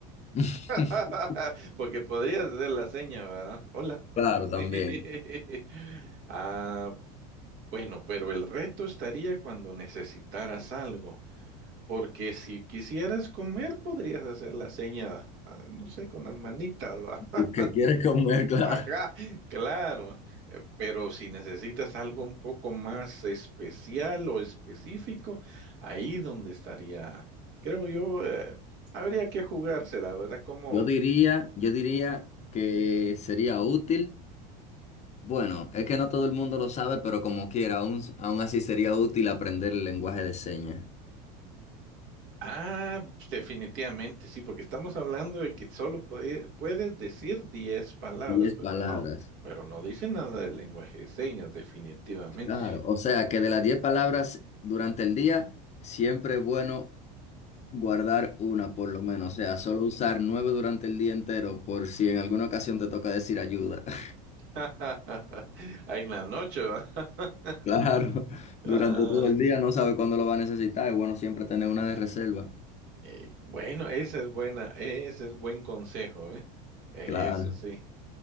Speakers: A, on the left; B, on the right.
A: <laughs>
B: <laughs> Porque podrías hacer la seña, ¿verdad? Hola.
A: Claro, también.
B: <laughs> Ah, bueno, pero el reto estaría cuando necesitaras algo, porque si quisieras comer, podrías hacer la seña, ah, no sé, con las manitas, ¿va? <laughs>
A: El que quiere comer, <laughs> claro.
B: Acá, claro, eh, pero si necesitas algo un poco más especial o específico, ahí donde estaría, creo yo, eh, habría que jugársela, ¿verdad? Como,
A: Yo diría, yo diría que sería útil. Bueno, es que no todo el mundo lo sabe, pero como quiera, aún, aún así sería útil aprender el lenguaje de señas.
B: Ah, pues, definitivamente, sí, porque estamos hablando de que solo puede- puedes decir 10 palabras,
A: Diez
B: pero
A: palabras.
B: no, pero no dice nada del lenguaje de señas, definitivamente.
A: Claro, o sea que de las 10 palabras durante el día, siempre es bueno guardar una por lo menos. O sea, solo usar nueve durante el día entero por si en alguna ocasión te toca decir ayuda. <laughs>
B: <laughs> Ahí en la noche, ¿va? <laughs>
A: Claro,
B: Ah,
A: durante todo el día no sabe cuándo lo va a necesitar. Es bueno siempre tener una de reserva.
B: eh, bueno, esa es buena, ese es buen consejo, ¿eh? Eso
A: Claro,
B: sí.